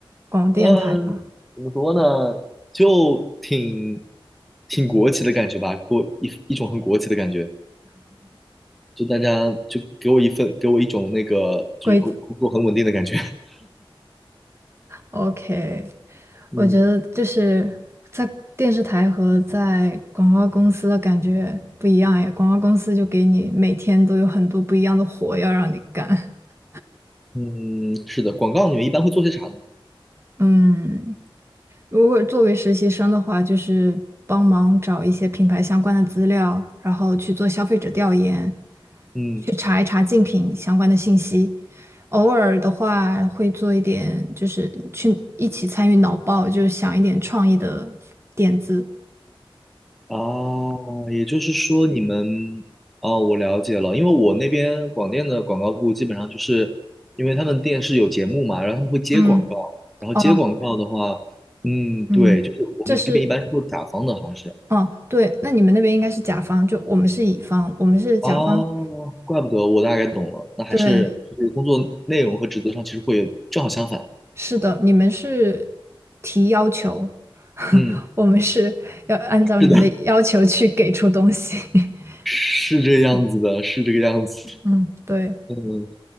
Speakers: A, on the right; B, in the centre.
A: 广电台吧，
B: 嗯，怎么说呢？就挺挺国企的感觉吧，给我一一种很国企的感觉，就大家就给我一份，给我一种那个就是工工作很稳定的感觉。
A: 规定。
B: <laughs>
A: OK，
B: 嗯
A: 我觉得就是在电视台和在广告公司的感觉不一样耶。广告公司就给你每天都有很多不一样的活要让你干。<laughs>
B: 嗯，是的，广告你们一般会做些啥呢？
A: 嗯，如果作为实习生的话，就是帮忙找一些品牌相关的资料，然后去做消费者调研，
B: 嗯
A: 去查一查竞品相关的信息。偶尔的话，会做一点，就是去一起参与脑爆，就是想一点创意的点子。
B: 啊，也就是说你们哦，我了解了，因为我那边广电的广告部基本上就是因为他们电视有节目嘛，然后他们会接广告，
A: 嗯，
B: 然后接广告的话，
A: 哦，
B: 嗯，
A: 嗯，
B: 对，就是我们这边一般是做甲方的，
A: 这是，
B: 好像是。
A: 哦，对，那你们那边应该是甲方，就我们是乙方，我们是甲方。
B: 哦，怪不得我大概懂了，那还是就是工作内容和职责上其实会有正好相反。
A: 对，是的，你们是提要求，<laughs>
B: 嗯，
A: 我们是要按照你们的要求去给出东西。
B: 是的，
A: <laughs>
B: <laughs> 是这个样子的，是这个样子。
A: 嗯，对，
B: 嗯，